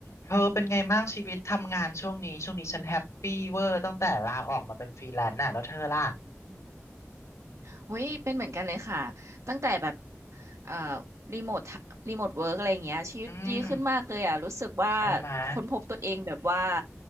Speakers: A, on the left; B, on the right.
A: เธอเป็นไงบ้างชีวิตทำงานช่วงนี้ช่วงนี้ฉันแฮปปี้เวอร์ตั้งแต่ลาออกมาเป็นฟรีแลนซ์น่ะแล้วเธอล่ะ
B: อืมโอ้ยเป็นเหมือนกันเลยค่ะตั้งแต่แบบเอ่อรีโมทรีโมทเวิร์กอะไรอย่างเงี้ยชีวิตดีขึ้นมากเลยอ่ะรู้สึกว่า
A: อืมใช่ไหมย
B: ค้นพบตัวเองแบบว่า